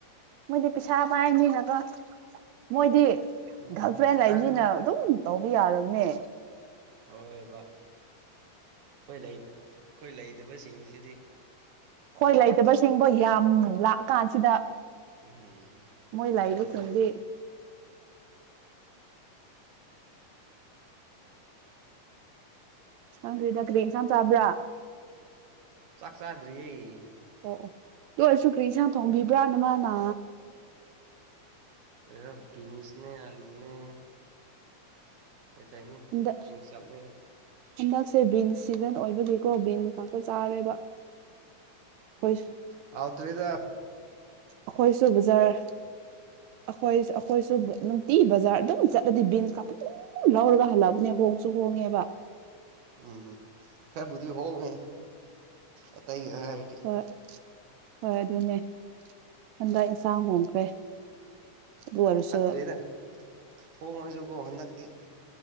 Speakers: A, on the right; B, on the right.
A: ꯃꯣꯏꯗꯤ ꯄꯩꯁꯥ ꯄꯥꯏꯅꯤꯅꯀꯣ ꯃꯣꯏꯗꯤ
B: ꯎꯝ
A: ꯒꯜꯐ꯭ꯔꯦꯟ
B: ꯄꯥꯏꯕꯅꯦ
A: ꯂꯩꯅꯤꯅ ꯑꯗꯨꯝ ꯇꯧꯕꯤ ꯌꯥꯔꯝ ꯅꯦ
B: ꯍꯣꯏꯑꯕ ꯑꯈꯣꯏ ꯂꯩ ꯑꯩ ꯈꯣꯏ ꯂꯩꯇꯕꯁꯤꯡꯁꯤꯗꯤ
A: ꯍꯣꯏ ꯂꯩꯇꯕꯁꯤꯡꯕꯣ ꯌꯥꯝ ꯂꯥꯛꯑꯀꯥꯟꯁꯤꯗ
B: ꯎꯝ
A: ꯃꯣꯏ
B: ꯑꯗꯨꯅꯦ
A: ꯂꯥꯏꯕꯁꯤꯡꯗꯤ ꯍꯪꯗꯦꯗ ꯀꯔꯤ ꯏꯟꯁꯥꯥꯡ ꯆꯥꯕ꯭ꯔꯥ
B: ꯆꯥꯛ ꯆꯗ꯭ꯔꯤꯌꯦ
A: ꯑꯣ ꯑꯣ ꯂꯣꯏ ꯁꯨꯀ꯭ꯔꯤ ꯏꯟꯁꯥꯡ ꯊꯣꯡꯕꯤꯕ꯭ꯔꯥ ꯅꯃꯥꯅ
B: ꯀꯩꯅꯣ ꯕꯤꯟꯁꯅꯦ ꯑꯂꯨꯅꯦ ꯀꯩꯀꯩꯅꯣ
A: ꯍꯟꯗꯛ
B: ꯃꯤꯛꯁ <unintelligible>
A: ꯍꯟꯗꯛꯁꯦ ꯕꯤꯟꯁ ꯁꯤꯖꯟ ꯑꯣꯏꯕꯨꯗꯤꯀꯣ ꯕꯤꯟꯁ ꯉꯥꯛꯇ ꯆꯥꯔꯦꯕ꯫ ꯑꯩꯈꯣꯏ
B: ꯍꯥꯎꯇ꯭ꯔꯤꯗ꯫
A: ꯑꯩꯈꯣꯏꯁꯨ ꯕꯖꯥꯔ ꯑꯈꯣꯏ ꯑꯩꯈꯣꯏꯁꯨ ꯅꯨꯡꯇꯤ ꯕꯖꯥꯔ ꯑꯗꯨꯝ ꯆꯠꯂꯗꯤ ꯕꯤꯟꯁ ꯀꯥ ꯑꯗꯨꯝ ꯂꯧꯔꯒ ꯍꯜꯂꯛꯄꯅꯦ ꯍꯣꯡꯁꯨ ꯍꯣꯡꯉꯦꯕ
B: ꯎꯝ ꯈꯔꯕꯨꯗꯤ ꯍꯣꯡꯉꯦ ꯑꯇꯩꯒ ꯍꯥꯏꯔꯗꯤ
A: ꯍꯣꯏ꯫ ꯍꯣꯏ ꯑꯗꯨꯅꯦ꯫ ꯍꯟꯗꯛ ꯏꯟꯁꯥꯡ ꯍꯣꯡꯈ꯭ꯔꯦ꯫ ꯑꯗꯨ ꯑꯣꯏꯔꯁꯨ
B: ꯐꯠꯇ꯭ꯔꯦꯗ ꯍꯣꯡꯉꯁꯨꯀꯣ ꯍꯟꯗꯛꯇꯤ